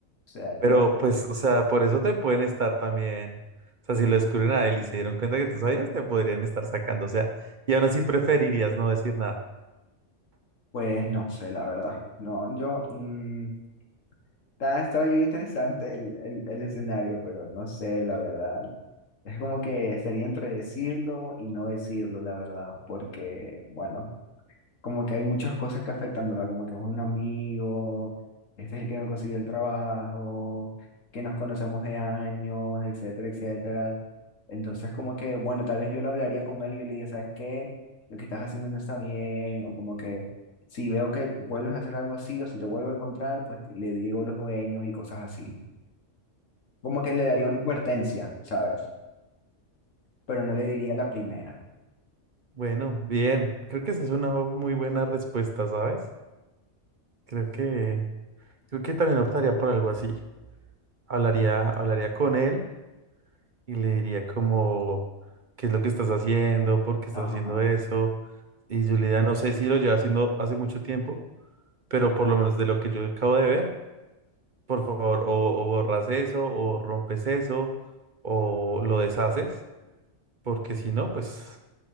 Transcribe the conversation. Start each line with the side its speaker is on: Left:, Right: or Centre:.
Left: sea,
Right: Pero
Left: yo...
Right: pues, o sea, por eso te pueden estar también, o sea, si lo descubren a él y se dieron cuenta que tú sabías, te podrían estar sacando, o sea, y aún así preferirías no decir nada.
Left: Pues no sé, la verdad. No, yo mm, está, está bien interesante el, el, el escenario, pero no sé, la verdad. Es como que sería entre decirlo y no decirlo, la verdad, porque, bueno como que hay muchas cosas que afectan, ¿verdad? Como que es un amigo, este es el que me consiguió el trabajo, que nos conocemos de años, etcétera, etcétera. Entonces, como que, bueno, tal vez yo lo hablaría con él y yo le diría, ¿sabes qué? Lo que estás haciendo no está bien, o como que si veo que vuelves a hacer algo así o si te vuelvo a encontrar, pues le digo a los dueños y cosas así. Como que le daría
Right: Guau.
Left: una advertencia, ¿sabes? Pero no le diría la primera.
Right: Bueno, bien. Creo que esa es una muy buena respuesta, ¿sabes? Creo que, creo que también optaría por algo así. Hablaría, hablaría con él y le diría como, ¿qué es lo que estás haciendo? ¿Por qué estás
Left: Ajá,
Right: haciendo eso? Y yo le diría, no sé si lo lleva haciendo hace mucho tiempo, pero por lo menos de lo que yo acabo de ver, por favor, o, o borras eso, o rompes eso, o lo deshaces, porque si no, pues